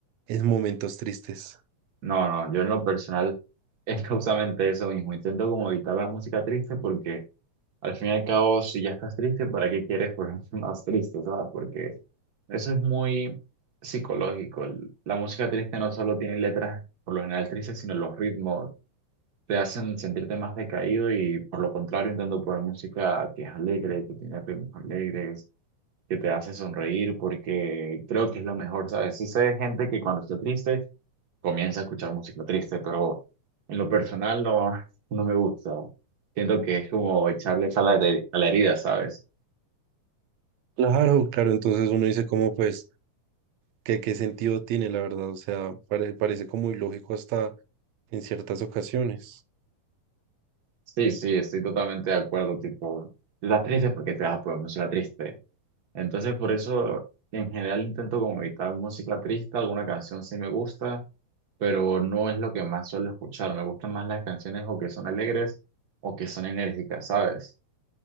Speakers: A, on the right; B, on the right.
A: en momentos tristes.
B: No, no, yo en lo personal <laughs> es justamente eso mismo. Intento como evitar la música triste porque al fin y al cabo, si ya estás triste, ¿para qué quieres ponerte <laughs> más triste, ¿sabes? Porque eso es muy psicológico. La música triste no solo tiene letras por lo general tristes, sino los ritmos te hacen sentirte más decaído y por lo contrario intento poner música que es alegre, que tiene ritmos alegres, que te hace sonreír porque creo que es lo mejor, ¿sabes? Sí sé de gente que cuando está triste comienza a escuchar música triste, pero en lo personal no, <laughs> no me gusta. Siento que es como echarle sal a la heri- a la herida, ¿sabes?
A: Claro, claro, entonces uno dice como pues que qué sentido tiene la verdad, o sea, pare- parece como ilógico hasta en ciertas ocasiones.
B: Sí, sí, estoy totalmente de acuerdo, tipo, si estás triste porque te vas a poner música triste. Entonces por eso en general intento como evitar música triste, alguna canción sí me gusta pero no es lo que más suelo escuchar. Me gustan más las canciones o que son alegres o que son enérgicas, ¿sabes?